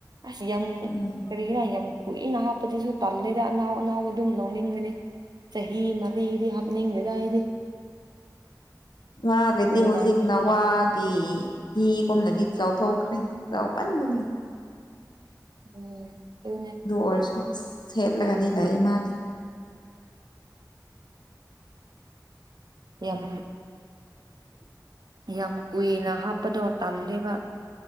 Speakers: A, on the right; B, on the left.
A: ꯑꯁ ꯌꯥꯝ
B: ꯎꯝ
A: ꯀꯔꯤꯔꯥ ꯌꯥꯝ ꯀꯨꯏꯅ ꯍꯥꯞꯄꯗꯁꯨ ꯇꯜꯂꯦꯗ ꯑꯅꯥꯎ ꯑꯅꯥꯎꯕ ꯑꯗꯨꯝ ꯂꯧꯅꯤꯡꯕꯅꯤ ꯆꯍꯤ ꯃꯔꯤꯗꯤ ꯍꯥꯞꯅꯤꯡꯉꯦꯗ ꯑꯩꯗꯤ
B: ꯃꯒꯗꯤ
A: ꯀꯨꯏꯃꯟꯈ꯭ꯔꯦ
B: ꯍꯧꯖꯤꯛ ꯅꯋꯥꯟ ꯀꯤ ꯍꯤꯒꯨꯝꯅꯗꯤ ꯆꯥꯎꯊꯣꯛꯈ꯭ꯔꯦ ꯆꯥꯎꯃꯟꯕꯅꯤ
A: ꯎꯝ ꯎ
B: ꯑꯗꯨ ꯑꯣꯏꯔꯁꯨ ꯁꯦꯠꯂꯒꯗꯤ ꯂꯩ ꯃꯥꯗꯤ
A: ꯌꯥꯝ ꯌꯥꯝ ꯀꯨꯏꯅ ꯍꯥꯞꯄꯗꯣ ꯇꯜꯂꯦꯕ